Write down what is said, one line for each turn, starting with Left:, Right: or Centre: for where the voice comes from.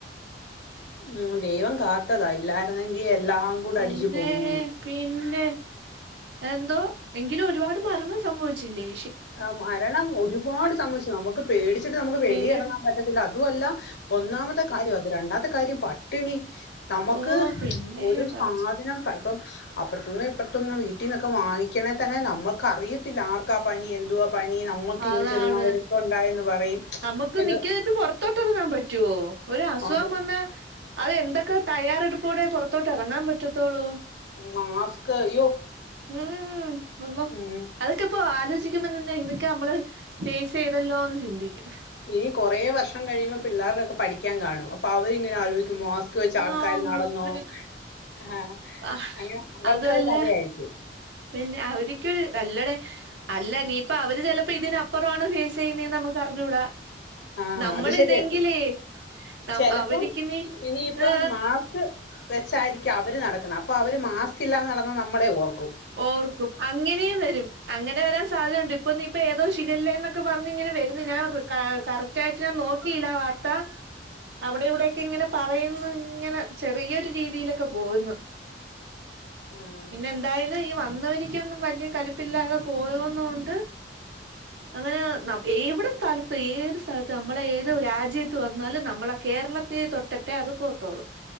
Left: ഉം ദെവം കാത്തതാ ഇല്ലായിര്ന്നെങ്കി എല്ലാം കൂടെ അടിച്ച്
Right: അല്ലേ
Left: പോകെയ്നി
Right: പിന്നെ എന്തോ എങ്കിലു ഒരുപാട് മരണം സംഭവിച്ചില്ലെ
Left: ആ മരണം ഒരുപാട് സംഭവിച്ചു നമുക്ക് പേടി ച്ച്ട്ട് നമുക്ക് വെളി
Right: പേടി
Left: എറങ്ങാൻ പറ്റത്തില്ല അതുവല്ല ഒന്നാമത്തെ കാര്യം അത് രണ്ടാമത്തെ കാര്യം പട്ടിണി നമുക്ക്
Right: ഓ പിന്നെ
Left: ഒരു സാധനം
Right: പടച്ചോ
Left: കഴി ഇപ്പം അപ്പർത്ത്ന്നും ഇപ്പർത്ത്ന്നും വീട്ടിന്നൊക്കെ വാങ്ങിക്കണെ തന്നെ നമ്മക്ക് അറിയത്തില്ല ആർക്കാ പനി എന്തുവാ പനി നമുക്കിനി
Right: അതാണ്
Left: ചെന്ന അവര്ക്കും ഉണ്ടായെന്ന് പറയും
Right: നമുക്ക്
Left: ഇത്
Right: നിക്ക പ്പ പൊർത്തോട്ടൊ ങ്ങാ പറ്റോ? ഒരു അസുഖം
Left: അത്
Right: വന്നാ അത് എന്തൊക്കെ തയ്യാറെടുപ്പൂടെ പൊർ ത്തോട്ടെറങ്ങാം പറ്റും. ത്തോളു
Left: മാസ്ക് അയ്യോ
Right: ഉം അള്ള
Left: ഉം.
Right: അതൊക്കെ ഇപ്പ ആലോച <unintelligible> ഇതൊക്കെ നമ്മള് ഫേസെയ്തല്ലോ ന്ന് ചിന്തിക്കും.
Left: ഈ കൊറെേ വർഷം കഴിയുമ്പോ പിള്ളേർക്കൊക്കെ പഠിക്കാൻ കാണും. അപ്പ അവരിങ്ങനെ ആലോചി മാസ്ക് വെച്ച് ആൾക്കാർ
Right: ആഹ്
Left: നടന്നോ
Right: അങ്ങനെയൊക്കെ
Left: ആ
Right: ആഹ്
Left: അന അവർക്കത്
Right: അതുമല്ല
Left: കഥയായിരിക്കും.
Right: പിന്നെ അവര്ക്കൊരു നല്ലടെ അല്ല നീ ഇപ്പൊ അവര് ചെലപ്പോ ഇതിനപ്പുറാണോ ഫേസെയ്യുന്നേന്ന് നമുക്ക് അറിഞ്ഞൂടാ.
Left: ആ
Right: നമ്മളിതെങ്കിലേ
Left: അത് ശരിയാ
Right: നം
Left: ചെലപ്പം
Right: അവരിക്ക് നി
Left: ഇനിയിപ്പം
Right: ഏ
Left: മാസ്ക് വെച്ചായിരിക്കും അവര് നടക്ക്ന്നെ. അപ്പൊ അവര് മാസ്ക് ഇല്ലാതെ നടന്ന നമ്മളെ ഓർ
Right: ഓർക്കും അങ്ങനെയും വരും. അങ്ങനെ വരാൻ സാധ്യതണ്ട്. ഇപ്പൊ നീ ഇപ്പൊ ഏതോ ഷിഖല്ലേന്നൊക്കെ പറഞ്ഞ് ഇങ്ങനെ വര്ന്ന്. ഞാൻ കറക്റ്റ് ആയിട്ട് ഞാൻ നോക്കിയില്ല വാർത്ത. അവിടെ ഇവിടെക്കെ ഇങ്ങനെ പറയുന്നു ഇങ്ങനെ ചെറിയൊരു രീതിയിലൊക്കെ പോകുന്നു.
Left: ഉം
Right: പിന്നെ എന്തായാലും ഈ വന്നവരിക്കൊന്നും വലിയ കലിപ്പില്ലാതെ പോയോന്നൊണ്ട് അങ്ങനെ ന ഏവിടെ സ്ഥല ഏത് സ്ഥലത്ത് നമ്മളെ ഏത് രാജ്യത്ത് വന്നാലും നമ്മളെ കേരളത്തെ തൊട്ടട്ടെ അത് പോത്തോള്